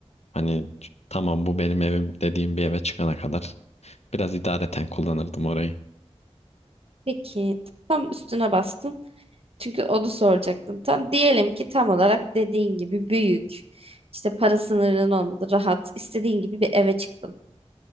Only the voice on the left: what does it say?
Hani tamam bu benim evim dediğim bir eve çıkana kadar biraz idareten kullanırdım orayı.